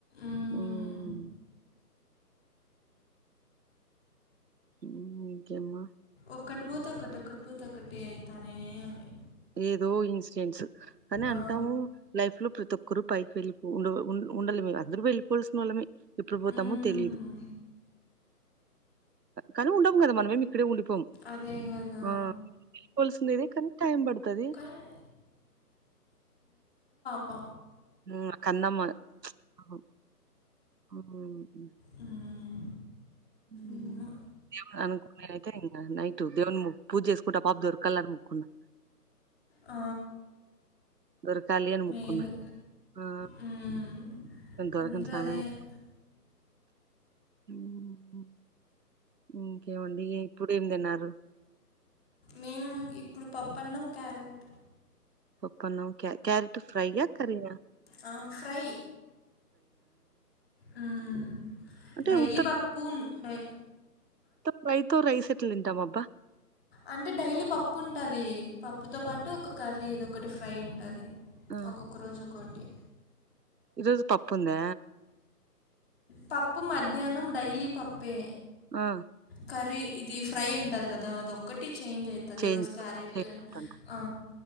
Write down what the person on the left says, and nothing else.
మ్
ఒక్కటి పోతే ఒకటి ఒక్కటి పోతే ఒక్కటే అయితానే అన్ని
ఆ!
హ్మ్.
అదే గదా!
కానీ బ
హ్మ్.
ఏమో.
ఆ
మేలు.
హ్మ్.
అందరూ
అదే
మేము ఇప్పుడు పప్పన్నం క్యారెట్
ఆ, ఫ్రై మ్మ్.
డైలీ
పప్పు ఉన్ ఫ్రై
అంటే డైలీ పప్పు ఉంటది. పప్పుతో పాటు ఒక కర్రీ ఏదో ఒకటి ఫ్రై ఉంటది
ఒక్కొక్క రోజు ఒకోటి
పప్పు మధ్యాహ్నం డైలీ పప్పె
కర్రీ ఇది ఫ్రై ఉంటది కదా అదొక్కటి చేంజ్ అయితది
ఈరోజు క్యారెట్
ఆ